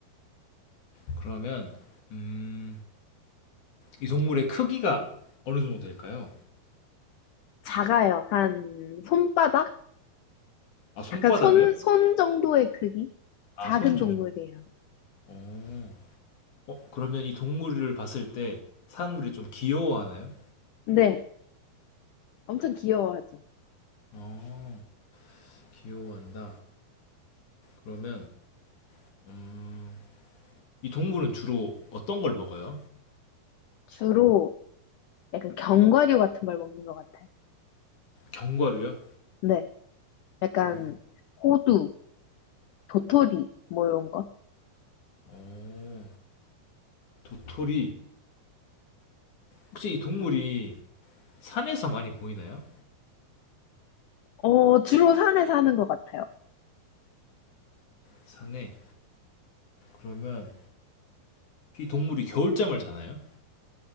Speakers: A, on the left; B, on the left.
A: 그러면 음, 이 동물의 크기가 어느 정도 될까요?
B: 작아요. 한 손바닥?
A: 아, 손바닥이요?
B: 약간 손, 손 정도의 크기?
A: 아,
B: 작은
A: 손 정도.
B: 동물이에요.
A: 어, 어, 그러면 이 동물을 봤을 때 사람들이 좀 귀여워하나요?
B: 네, 엄청 귀여워하죠.
A: 어, 귀여워한다. 그러면 음, 이 동물은 주로 어떤 걸 먹어요?
B: 주로 약간 견과류 같은 걸 먹는 것 같아요.
A: 견과류요?
B: 네, 약간
A: 어,
B: 호두, 도토리, 뭐 이런 거.
A: 어, 도토리. 혹시 이 동물이 산에서 많이 보이나요?
B: 어, 주로 산에 사는 것 같아요.
A: 산에. 그러면 이 동물이 겨울잠을 자나요?